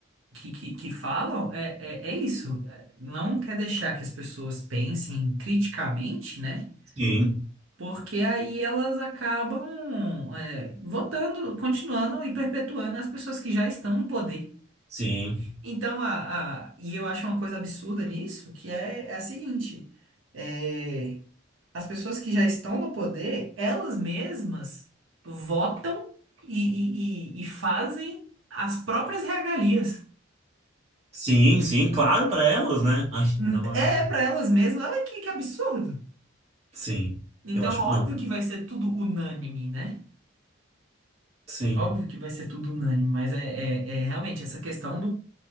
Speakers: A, on the right; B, on the right.
A: que, que, que falam é, é, é isso. É, Não quer deixar que as pessoas pensem criticamente, né?
B: Sim,
A: Porque aí elas acabam, é, votando, continuando e perpetuando as pessoas que já estão no poder.
B: sim.
A: Então, a, a- e eu acho uma coisa absurda nisso, que é, é a seguinte: é, as pessoas que já estão no poder, elas mesmas votam e, e- e- e fazem as próprias regalias.
B: Sim, sim, claro, para elas, né? Ai,
A: Hum,
B: me dá uma...
A: É para elas mesmas, olha que, que absurdo.
B: Sim,
A: Então,
B: eu acho.
A: óbvio
B: Não,
A: que vai ser tudo unânime, né?
B: sim,
A: Óbvio que vai ser tudo unânime, mas é, é é realmente essa questão